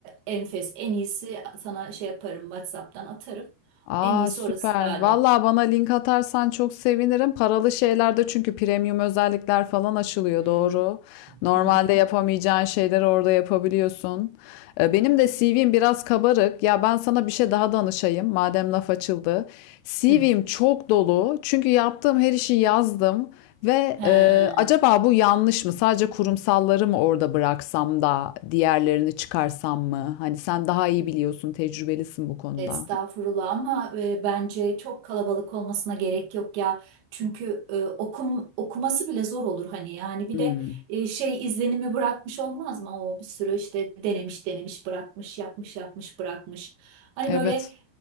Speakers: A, on the right; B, on the left.
A: e, enfes en iyisi sana şey yaparım WhatsApp'tan atarım.
B: Aa
A: En iyisi
B: süper.
A: orası galiba.
B: Vallahi bana link atarsan çok sevinirim. Paralı şeylerde çünkü premium özellikler falan açılıyor
A: Hmm.
B: doğru. Normalde
A: Hı hı hı.
B: yapamayacağın şeyleri orada yapabiliyorsun. Ee, Benim de CV'm biraz kabarık. Ya ben sana bir şey daha danışayım madem laf açıldı. CV'm
A: Hı.
B: çok dolu. Çünkü yaptığım her işi yazdım. Ve
A: He.
B: e, acaba bu yanlış mı? Sadece kurumsalları mı orada bıraksam da diğerlerini çıkarsam mı? Hani sen daha iyi biliyorsun, tecrübelisin bu konuda.
A: Estağfurullah ama e, bence çok kalabalık olmasına gerek yok ya. Çünkü e, okum okuması bile zor olur hani yani bir
B: Hmm.
A: de e, şey izlenimi bırakmış olmaz mı? O bir sürü işte denemiş denemiş bırakmış yapmış yapmış bırakmış. Hani
B: Evet.
A: böyle